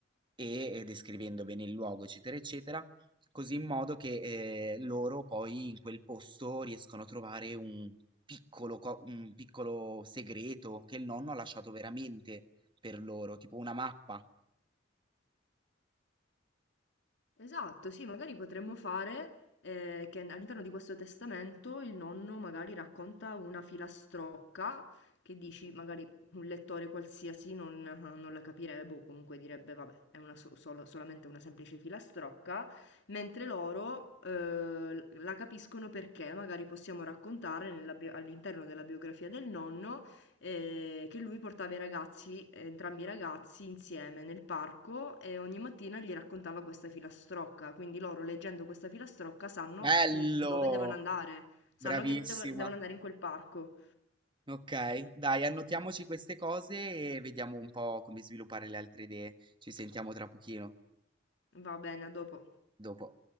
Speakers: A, on the right; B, on the left.
A: e eh, descrivendo bene il luogo, eccetera, eccetera. Così in modo che eh, loro poi in quel posto riescono a trovare un piccolo co un piccolo segreto che il nonno ha lasciato veramente per loro, tipo una mappa.
B: Esatto, sì, magari potremmo fare eh, che all'interno di questo testamento il nonno magari racconta una filastrocca che dici, magari un lettore qualsiasi non, non la capirebbe o comunque direbbe, vabbè, è una so- solo- solamente una semplice filastrocca, mentre loro eh, la capiscono perché magari possiamo raccontare nella bio- all'interno della biografia del nonno ehm, che lui portava i ragazzi entrambi i ragazzi insieme nel parco e ogni mattina gli raccontava questa filastrocca, quindi loro leggendo questa filastrocca sanno
A: Bello!
B: in- dove devono andare, sanno
A: Bravissima.
B: che devo- devono andare in quel parco.
A: Ok, dai, annotiamoci queste cose e vediamo un po' come sviluppare le altre idee. Ci sentiamo tra pochino,
B: Va bene, a dopo.
A: dopo.